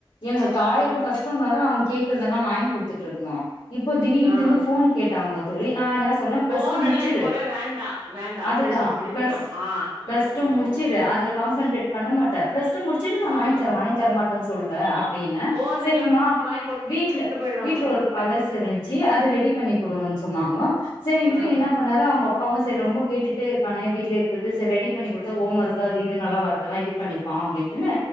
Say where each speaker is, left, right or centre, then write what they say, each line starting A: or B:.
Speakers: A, on the left; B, on the right.
A: எங்ளுக் ஆயிர
B: ஆ
A: கஷ்டனாலு அவன் கேக்குறதெல்லா வாங்கி குடுத்துட்டு இருந்தோ இப்போ திடீன்ட்டுன்னு
B: ஆ
A: ஃபோனு கேட்டாங்க தோழி நா என்ன சொ சொன்னா பிளஸ்
B: போன்
A: டூ முடிச்சுடு
B: எல்லாம் இப்பவே வேண்டா வேண்டா
A: அதுதா
B: பிளஸ் டூ முடிக்கிட்டோம்
A: பிளஸ்
B: ஆ
A: பிளஸ்டூ முடிச்சுரு அதுல கான்சன்ட்ரேட் பண்ண மாட்ட பிளஸ் டூ முடிச்சட்டு நா
B: ஆ
A: வாங்கிதரே வாங்கி தரமாட்டோன் சொல்லலே அப்டின்னு
B: போன்
A: சேரிமா
B: எல்லாம் வாங்கி குடுத்து
A: வீட்டுல
B: விட்டு போயிடுவாங்க
A: வீட்டுல
B: பசங்க
A: ஒரு பழ செரிஞ்சி அது ரெடி பண்ணி கொடுன்னு சொன்னாங்க சேரின்ட்டு
B: ஆ
A: என்ன பண்ணாலு அவங்க அப்பாவு சேரி ரொம்ப கேட்டுட்டே இருக்கானே வீடல இருக்கிறது சேரி ரெடிப் பண்ணி கொடுத்தா ஹோம் ஒர்க் அது இது நல்லா வரதல்லா இது பண்ணிபா அப்டின்ட்டுனு